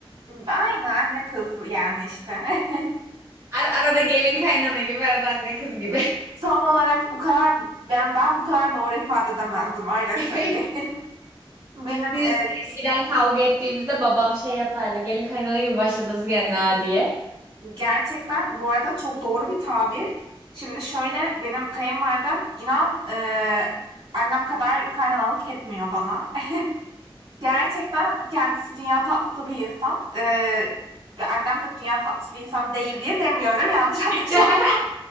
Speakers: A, on the right (about 70°); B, on the right (about 25°).
A: Aynı anne kız yani işte. <laughs>
B: Ar- arada gelin kaynana gibi, arada anne kız gibi.
A: Tam olarak bu kadar ben ben bu kadar doğru ifade edemezdim öyle
B: <laughs>
A: söyleyeyim. <laughs> Benim
B: Biz
A: e,
B: eskiden kavga ettiğimizde babam şey yapardı. Gelin kaynana gibi başladınız gene ha diye.
A: gerçekten bu arada çok doğru bir tabir. Şimdi şöyle benim kayınvalidem inan e, annem kadar kaynanalık etmiyor bana. <laughs> Gerçekten hani kendisi dünya tatlısı bir insan. E, annem de dünya tatlısı bir insan değil diye demiyorum. <laughs> Yanlış anlaşılmasın
B: <laughs>